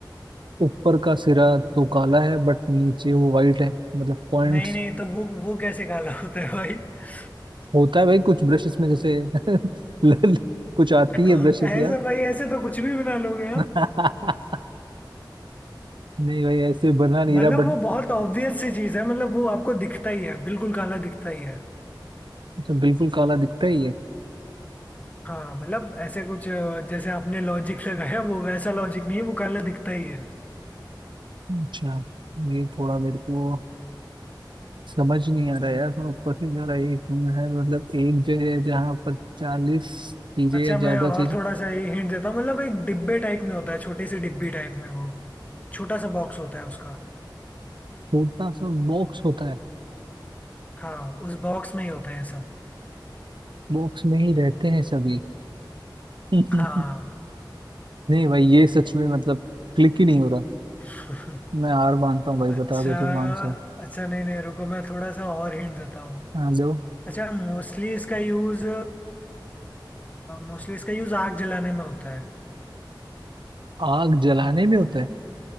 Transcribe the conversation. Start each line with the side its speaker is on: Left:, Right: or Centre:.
Right: ऊपर का सिरा
Left: ब-
Right: तो काला है बट नीचे वो वाइट है मतलब पॉइंट्स
Left: नहीं नहीं तो वो वो कैसे काला होता है भाई <laughs>
Right: होता है भाई कुछ ब्रशेस में जैसे <laughs> लल- कुछ आती
Left: हाँ,
Right: है ब्रशेस
Left: ऐसे
Right: यार
Left: भाई ऐसे तो कुछ भी बना लोगे हाँ
Right: <laughs> नहीं भाई ऐसे बना नहीं
Left: मतलब
Right: रहा बट
Left: वो बहुत ऑब्वियस सी चीज है मतलब वो आपको दिखता ही है बिल्कुल काला दिखता ही है
Right: मतलब बिल्कुल काला दिखता ही है
Left: हाँ मतलब ऐसे कुछ अ, जैसे आपने लॉजिक लगाया वो वैसा लॉजिक नहीं है वो काला दिखता ही है
Right: अच्छा ये थोड़ा मेरे को समझ नहीं आ रहा यार थोड़ा ऊपर से जा रहा है एक रूम है मतलब एक जगह है जहाँ पर चालीस चीजें
Left: अच्छा
Right: या ज्यादा
Left: मैं और
Right: चीजें
Left: थोड़ा सा ये हिंट देता हूँ मतलब एक डिब्बे टाइप में होता है छोटी सी डिब्बी टाइप में हो छोटा सा बॉक्स होता है उसका
Right: छोटा सा बॉक्स होता है
Left: हाँ उस बॉक्स में ही होते हैं सब
Right: बॉक्स में ही रहते हैं सभी <laughs> नहीं
Left: हाँ
Right: भाई ये सच में मतलब क्लिक ही नहीं हो रहा
Left: <laughs>
Right: मैं हार मानता हूँ भाई
Left: अच्छा
Right: बता दो तुम आंसर
Left: अच्छा नहीं नहीं रुको मैं थोड़ा सा और हिंट देता हूँ
Right: हाँ जो
Left: अच्छा मोस्टली इसका यूज मोस्टली इसका यूज आग जलाने में होता है
Right: आग जलाने में होता है